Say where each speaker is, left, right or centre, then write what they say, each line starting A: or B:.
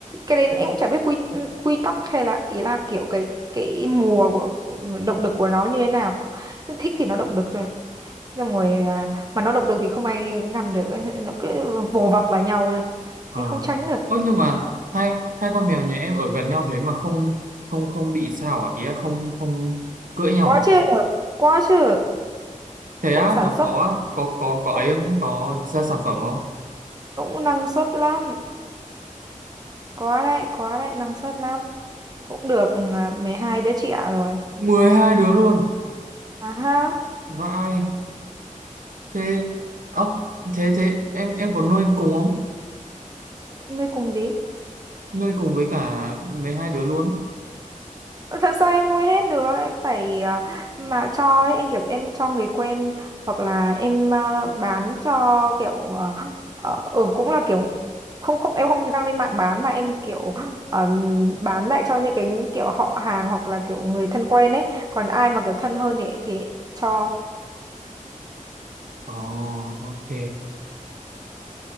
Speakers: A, on the right; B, on the right.
A: cái đấy em cũng chả biết quy quy tắc hay là ý là kiểu cái cái mùa của động lực của nó như thế nào thích thì nó động lực rồi xong rồi à, mà nó động lực thì không ai ngăn được nó cứ vồ vập vào nhau rồi
B: Ờ.
A: nên không tránh được
B: Ơ, nhưng mà hai hai con mèo nhà em ở gần nhau thế mà không không không bị sao à? Ý là không không cưỡi nhau
A: quá chứ
B: à?
A: quá chứ
B: Thế
A: cũng
B: á,
A: sản
B: nó
A: xuất
B: có có có có
A: cũng,
B: ấy không? Có ra sản phẩm không?
A: cũng năng suất lắm có đấy có đấy năng suất lắm cũng được ừ, à, 12 đứa trẻ rồi
B: mười hai đứa luôn.
A: à ha
B: Vãi. thế ốc thế thế em em có nuôi cùng không
A: nuôi cùng gì
B: nuôi cùng với cả với hai đứa luôn
A: Làm sao em nuôi hết được em phải à, mà cho ấy, em kiểu em cho người quen hoặc là em à, bán cho kiểu à, ờ ừ, cũng là kiểu không không em không đăng lên mạng bán mà em kiểu ờ, bán lại cho những cái kiểu họ hàng hoặc là kiểu người thân quen ấy còn ai mà kiểu thân hơn thì thì em cho
B: Ồ, ok.